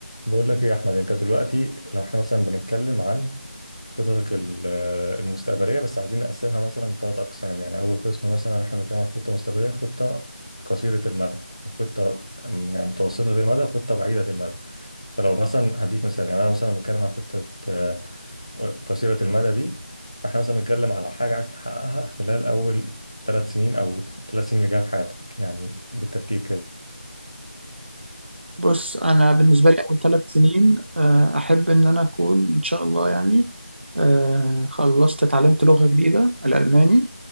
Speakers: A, on the left; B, on the right.
A: بقول لك ايه يا احمد انت دلوقتي لو احنا مثلا بنتكلم عن خططك ال- المستقبليه بس عايزين نقسمها مثلا ثلاث اقسام يعني اول قسم مثلا احنا بنتكلم عن خطه مستقبليه خطه قصيره المدى وخطه م- يعني متوسطه المدى وخطه بعيده المدى فلو مثلا هديك مثال يعني انا مثلا بتكلم عن خطه آه، قصيره المدى دي فاحنا مثلا بنتكلم على حاجه عايز تحققها خلال اول ثلاث سنين او ثلاث سنين اللي جايه في حياتك يعني بالترتيب كده
B: بص انا بالنسبه لي اول ثلاث سنين آه، احب ان انا اكون ان شاء الله يعني آه، خلصت اتعلمت لغه جديده الالماني